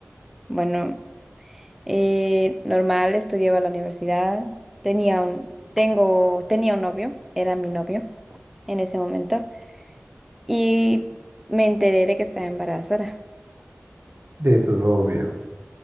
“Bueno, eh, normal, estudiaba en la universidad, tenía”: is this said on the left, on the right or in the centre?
Centre